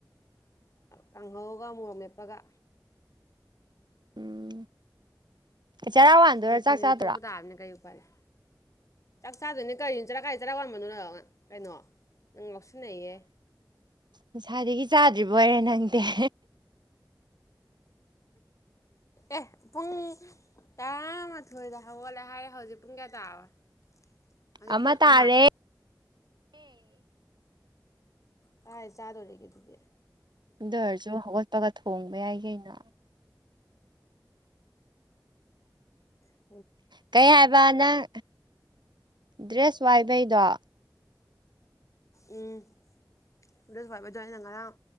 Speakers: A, on the left; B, on the right.
A: ꯀꯥꯡꯍꯧꯒ ꯃꯣꯔꯝ ꯂꯦꯞꯄꯒ
B: ꯎꯝ ꯆꯔꯥ ꯋꯥꯟꯗꯣꯏꯔꯥ
A: ꯅꯤꯡꯊꯤꯡꯅꯤ
B: ꯆꯥꯛ ꯆꯥꯗꯣꯏꯔꯥ
A: ꯇꯣꯛꯄ ꯇꯥꯕꯅꯦ ꯀꯩ ꯄꯥꯏꯔꯦ ꯆꯥꯛ ꯆꯥꯗꯣꯏꯅꯤ ꯀꯔꯤꯅꯤ ꯆꯔꯥ ꯀꯥꯏ ꯆꯔꯥ ꯋꯥꯟꯕꯅꯣ ꯀꯩꯅꯣ ꯅꯪ ꯂꯧ ꯁꯤ ꯅꯌꯦ
B: ꯃꯁꯥꯗꯒꯤ ꯆꯥꯗ꯭ꯔꯤꯕ ꯑꯣꯏꯔꯦ ꯅꯪꯗꯤꯦ
A: ꯑꯦ ꯄꯨꯡ ꯇꯔꯥꯃꯥꯊꯣꯏꯗ ꯍꯧꯒꯠꯂꯦ ꯍꯥꯏꯔꯦ ꯍꯧꯖꯤꯛ ꯄꯨꯡ ꯀꯌꯥ ꯇꯥꯔꯣꯏ ꯍꯧꯖꯤꯛ
B: ꯑꯃ
A: ꯄ
B: ꯇꯥꯔꯦ
A: ꯑꯃꯥ ꯀꯥꯏ ꯆꯥꯗꯧꯔꯦꯒꯦ ꯇꯗꯤꯦ
B: ꯗꯔꯁꯨ ꯍꯧꯒꯠꯄꯒ ꯊꯣꯡꯕ ꯌꯥꯏ ꯀꯩꯅꯣ
A: ꯎ <unintelligible>
B: ꯀꯩ ꯍꯥꯏꯕ ꯅꯪ ꯗ꯭ꯔꯦꯁ ꯋꯥꯏꯕꯩꯗꯣ
A: ꯎꯝ ꯑꯗꯨꯗꯕꯗꯣ ꯑꯩꯅ ꯉꯔꯥꯡ